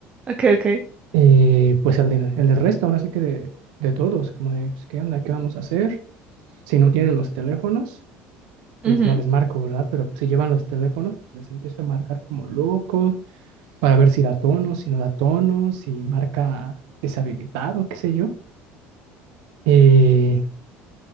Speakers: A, on the right; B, on the right.
A: Okay, okay.
B: Eh, pues el del, el del resto, ahora sí que de, de todos, como de, pues, ¿qué onda? ¿Qué vamos a hacer? Si no tienen los teléfonos, pues
A: Ujú,
B: no les marco, ¿verdad? Pero si llevan los teléfonos, pues les empiezo a marcar como loco, para ver si da tono, si no da tono, si marca deshabilitado, qué sé yo. Eh,